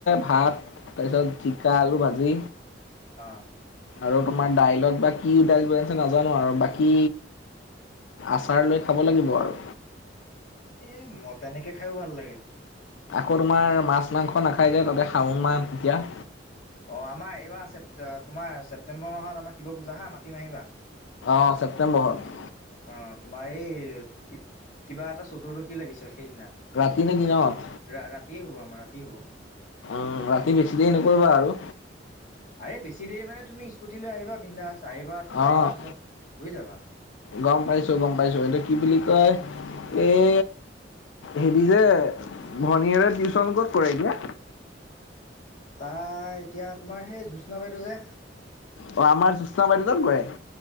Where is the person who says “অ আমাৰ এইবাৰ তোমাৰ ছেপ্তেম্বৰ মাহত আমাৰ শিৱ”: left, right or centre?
Left